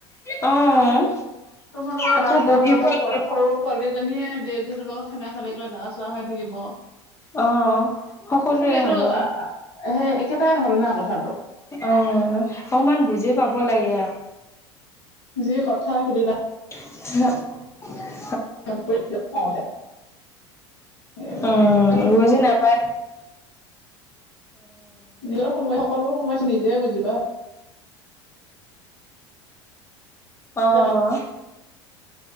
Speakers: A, on the left (about 20°); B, on the left (about 60°).
A: অ',
B: তোমালোকৰ
A: আকৌ
B: ল'ৰা চোৱা
A: বহিব
B: হওঁক বা
A: লাগিব
B: সৰু পোৱালীজনীয়ে ডেজীহঁতৰ লগত খোলা-খুলিকৈ ল'ৰা চোৱা হৈ থাকিব।
A: অ', সকলোৱে
B: তেনেকেটো
A: হ'ব অ',
B: আ আ সেই একেটাই হ'ল না কথাটো।
A: অ', অকমান বুজি পাব লাগে আৰু।
B: যি কথা সিদিনা
A: <inaudible>
B: খং উঠে। এইবিলাক
A: অ',
B: ভাল
A: ৰজিয়ে নাপায় নহয়।
B: নিজৰ সময় সকলো সময় নিজে বুজিব। কষ্টকে
A: অহ।